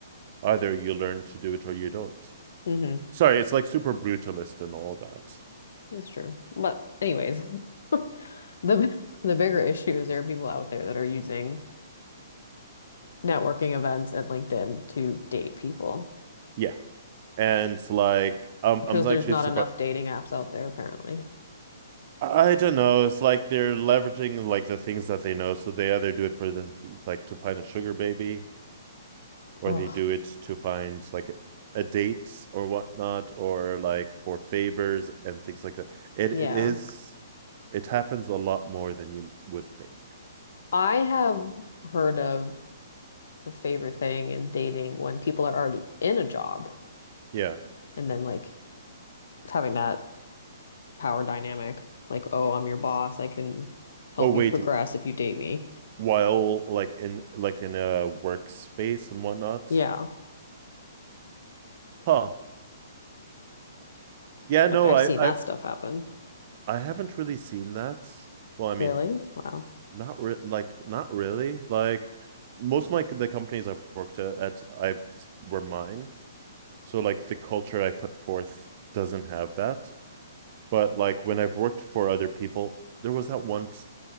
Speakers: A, on the right (about 40°); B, on the left (about 70°).
A: either you learn to do it or you don't
B: hmm
A: sorry it's like super brutalist and all that
B: That's true. But anyways, <laughs> the the bigger issue is there are people out there that are using networking events and LinkedIn to date people
A: yeah and like um,
B: because
A: i'm
B: there's
A: actually
B: not
A: surprised
B: enough dating apps out there apparently.
A: I don't know. It's like they're leveraging like the things that they know. So they either do it for the like to find a sugar baby or
B: Oh,
A: they do it to find like a date or whatnot, or like for favors and things like that. It
B: yeah.
A: it is it happens a lot more than you would think.
B: I have heard of the favorite thing in dating when people are already in a job
A: Yeah.
B: and then like having that power dynamic. Like, oh, I'm your boss. I can help
A: Oh wait,
B: you progress if you date me.
A: while like in like in a workspace and whatnot.
B: Yeah.
A: Huh. Yeah.
B: Like
A: No,
B: I've
A: I
B: seen
A: I
B: that stuff happen.
A: I haven't really seen that. Well, I mean,
B: Really? Wow.
A: not re- like not really. Like most of my the companies I've worked at, at I've were mine. So like the culture I put forth doesn't have that. but like when I've worked for other people, there was that once.